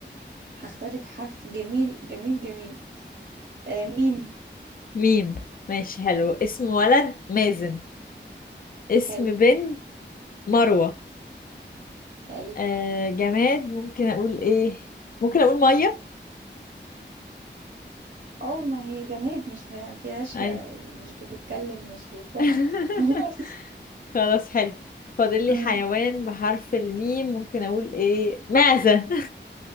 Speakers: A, on the right (about 55°); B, on the left (about 50°).
A: هختار لك حرف جميل جميل جميل آه، ميم
B: ميم ماشي حلو اسم ولد مازن اسم
A: حلو
B: بنت مروة
A: حلو
B: آه جماد ممكن اقول ايه ممكن اقول مية
A: اه ما هي جماد مش ما فيهاش
B: اي
A: يعني مش بتتكلم مش بتكح
B: <laughs>
A: <laughs> خلاص
B: خلاص حلو فاضل لي
A: امم
B: حيوان بحرف الميم ممكن اقول ايه معزة